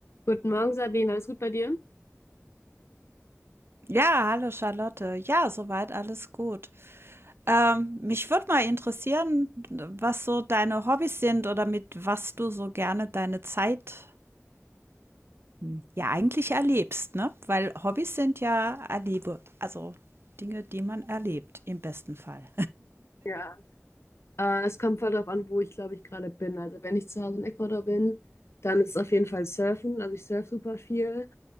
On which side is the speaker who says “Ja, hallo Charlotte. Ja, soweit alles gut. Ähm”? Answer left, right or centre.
Right